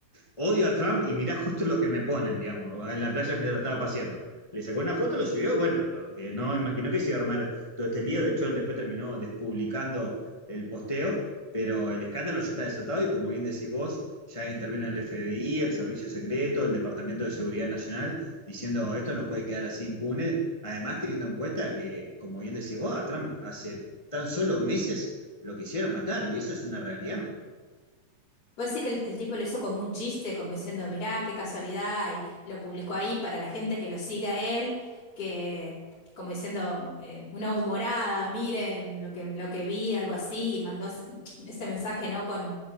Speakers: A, on the left (about 35°); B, on the left (about 50°).
A: odio a Trump y mirá justo lo que me ponen, digamos, en la playa mientras estaba paseando. Le sacó una foto, lo subió y bueno, lo que no imaginó que se iba a armar todo este lío, de hecho él después terminó despublicando el posteo, pero el escándalo ya está desatado y como bien decís vos, ya intervino el FBI, el Servicio Secreto, el Departamento de Seguridad Nacional, diciendo esto no puede quedar así impune. Además, teniendo en cuenta que, como bien decís vos, a Trump hace tan solo meses lo quisieron matar y eso es una realidad.
B: Puede ser que el, el tipo lo hizo como un chiste, como diciendo, mirá, qué casualidad, y lo publicó ahí para la gente que lo siga a él, que como diciendo, eh, una humorada, miren lo que, lo que vi, algo así, y mandó ese ese mensaje no con,